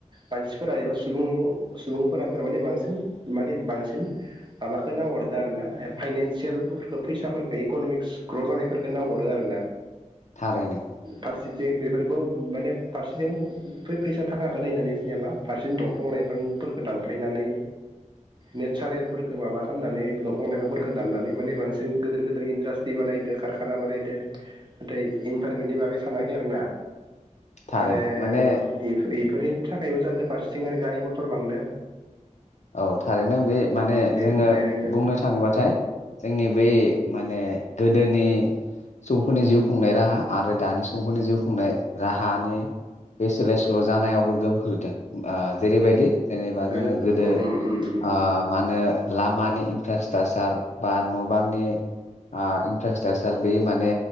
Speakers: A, on the right; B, on the left.
A: मानसिफोरा एबा सुबुं सुबुंफोरा थारमाने बांसिन माने बांसिन माबाखो नाहरदो आरो ना फाइनेन्सियेलफोरखो फैसाफोरखो इक'न'मिक्स ग्र' जानायफोरखौ नाहरो आरो ना।
B: थारैनो
A: फारसेथिं बेफोरखौ माने फारसेथिं फै फैसा थाखाखो नायनानै जोनिया मा फारसेजों दंफां लाइफांफोरखौ दानफायनानै नेसारेलफोरखो माबा खालामनानै दंफां लाइफांफोरखो दाननानै माने बांसिन गोदोर गोदोर इन्ड्रासट्रि बानायदो कारखाना बानायदो। नाथाय इनभारमेन्टनि बागै सानाखै आरो ना।
B: थारैनो
A: आरो
B: माने
A: इफ इब। <unintelligible> थाखायबो जादो फारसेथिं आरो गारि मथर बांदो।
B: औ थारैनो बे माने
A: बे
B: जोंङो
A: ओरैनो
B: बुंनो थाङोबाथाय जोंनि बै माने गोदोनि सुबुंफोरनि जिउ खुंनाय राहा आरो दानि सुबुंफोरनि जिउ खुंनाय राहानि बे सोलाय सोल' जानायावबो गोहोम खोलैदों ओ जेरैबायदि। जेनेबा
A: गोलोमखौ
B: जोंङो गोदो ओ मानो ओ लामानि इनथ्राकसतासार बा न बांनि ओ इनथ्राकस स्टाकसार बे माने